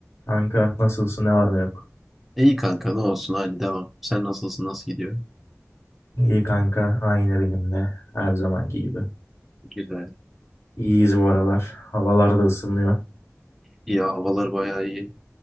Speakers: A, on the left; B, in the centre.
A: Kanka nasılsın ne var ne yok?
B: İyi kanka ne olsun hadi devam. Sen nasılsın nasıl gidiyor?
A: İyi kanka aynı benim de her zamanki gibi.
B: Güzel.
A: İyiyiz bu aralar. Havalar da ısınıyor. <sighs>
B: İyi havalar bayağı iyi.